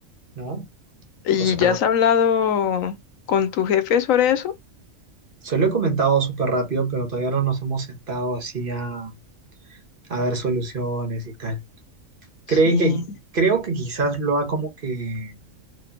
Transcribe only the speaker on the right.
¿no?
O sea,
se lo he comentado súper rápido, pero todavía no nos hemos sentado así a, a ver soluciones y tal.
Cree que, creo que quizás lo ha como que